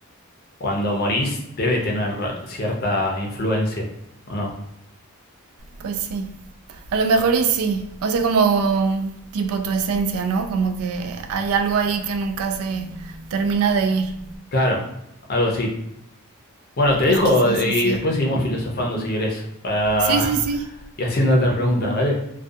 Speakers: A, on the left; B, on the right.
A: cuando morís, debe tener cierta influencia, ¿o no?
B: Pues sí. A lo mejor y sí. O sea, como tipo tu esencia, ¿no? Como que hay algo ahí que nunca se termina de ir.
A: Claro, algo así. Bueno, te
B: Pues
A: dejo
B: quizás
A: eh,
B: sí,
A: y
B: sí.
A: después seguimos filosofando si querés, para...
B: Sí, sí, sí.
A: <laughs> y haciendo otras preguntas, ¿vale?